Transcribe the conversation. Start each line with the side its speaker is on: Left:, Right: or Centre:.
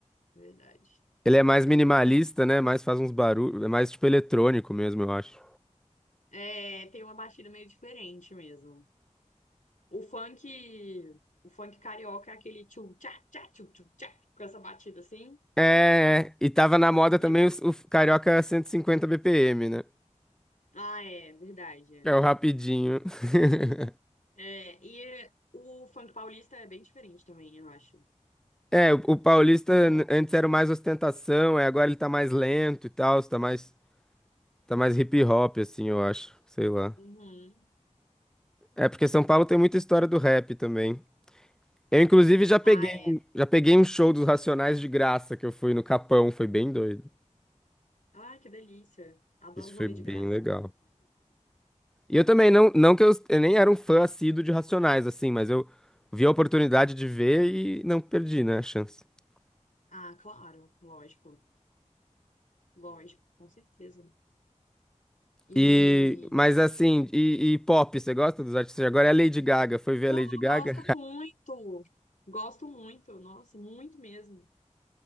Left: Verdade.
Centre: Ele é mais minimalista, né? Mais faz uns barulhos, é mais tipo eletrônico mesmo, eu acho.
Left: É, tem uma batida meio diferente mesmo. O funk, o funk carioca é aquele tchum tchá tchá tchum tchum tchá, com essa batida assim.
Centre: É, é. E tava na moda também
Left: E,
Centre: o, o Carioca 150 BPM, né?
Left: ah, é verdade. é.
Centre: É o rapidinho. <laughs>
Left: É, e é- o funk paulista é bem diferente também, eu acho.
Centre: É, o, o paulista
Left: Tipo,
Centre: n- antes era o mais ostentação, é, agora ele tá mais lento e tal, tá mais, tá mais hip hop, assim, eu acho. Sei lá.
Left: uhum.
Centre: É porque São Paulo tem muita história do rap também. Eu, inclusive, já peguei,
Left: Ah, é.
Centre: um- já peguei um show dos Racionais de graça que eu fui no Capão, foi bem doido.
Left: Ah, que delícia. Adoro
Centre: Isso
Left: rolê
Centre: foi bem
Left: de graça.
Centre: legal. E eu também, não, não que eu, eu nem era um fã assíduo de Racionais, assim, mas eu vi a oportunidade de ver e não perdi, né, a chance. <laughs>
Left: Ah, claro, lógico. Lógico, com certeza. E,
Centre: E, mas assim, e, e pop, você gosta dos artistas? de Agora é a Lady Gaga, foi ver
Left: pô,
Centre: a Lady Gaga?
Left: eu gosto muito. Gosto muito, nossa, muito mesmo.